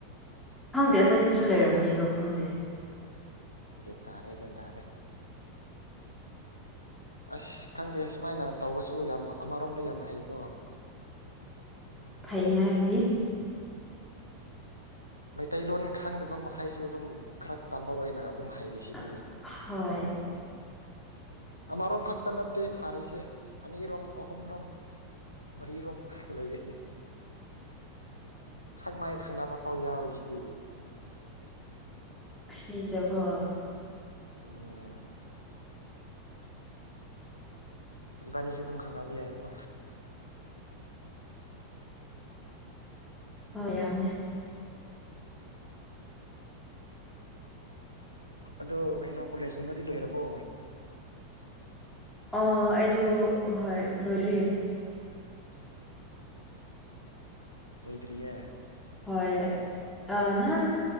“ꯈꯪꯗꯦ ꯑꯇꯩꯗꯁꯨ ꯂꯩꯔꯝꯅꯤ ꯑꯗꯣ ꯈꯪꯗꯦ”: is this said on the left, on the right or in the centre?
Centre